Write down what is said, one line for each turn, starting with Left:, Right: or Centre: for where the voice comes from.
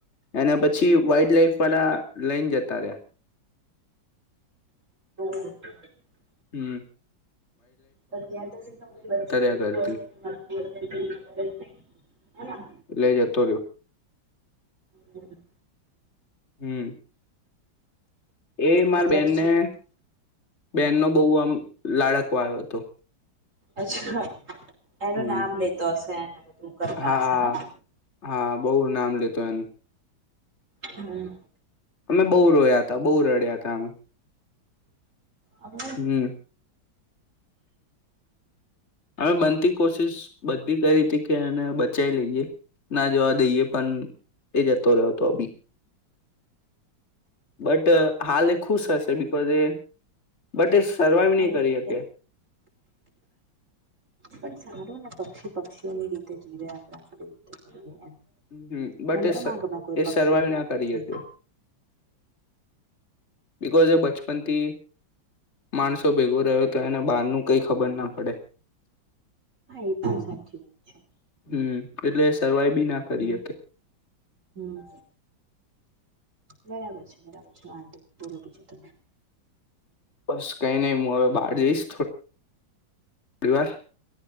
Left: એને પછી વાઇલ્ડ લાઈફ વાળા લઈ ને જ તા રયા.
Right: <inaudible>
Left: હમ્મ.
Right: પર ત્યાં તો સે તમે બચ્ચું જીતુ
Left: રહ્યા ઘરથી
Right: હશે કે મરતું હશે <inaudible> હેના?
Left: એટલે જતો રહ્યો
Right: હમ્મ.
Left: હમ્મ. એ માર
Right: અત્યાર
Left: બેનને
Right: તો
Left: બેનનો બહુ આમ લાડક વાળો હતો.
Right: અચ્છા. એનું
Left: હમ
Right: નામ લેતો હશે. બધું કરતા
Left: હા
Right: હશે હેના
Left: હા બહુ નામ લેતો એનું
Right: હમ્મ
Left: મે બહુ રોયા તા બહુ રડ્યા હતા અમે
Right: હમને
Left: હમ અમે બનતી કોશિશ બધી કરી હતી કે એને બચાવ લઈએ ના જોવા દઈએ પણ એ જતો રહ્યોતો અ બી બટ હાલ એ ખુશ હશે બિકઝ એ બટ એ સર્વાઈવ નહી
Right: એની
Left: કરી
Right: રીતે
Left: હકે
Right: પણ સારું ને પક્ષી પક્ષીઓની રીતે જીવે આપણે આપ રીતે કરીએ એમ
Left: હમ્મ બટ
Right: મને તો ના
Left: એ
Right: ગમે કોઈ
Left: એ
Right: પક્ષી
Left: સર્વાઈવ ના
Right: આમ
Left: કરી
Right: એવું
Left: શકે બિકઝ એ બચપનથી માણસો ભેગો રહ્યો હતો એને બહારનું કઈ ખબર ના પડે
Right: હા એ પણ સાચી વા છે.
Left: હમ્મ એટલે સરવાઈ બી ના કરી
Right: હમ
Left: હકે
Right: હમ બરાબર છે બરાબર છે મા બોલો બીજ ત
Left: બસ કઈ નહી હું હવે બહાર જઈશ બે વાર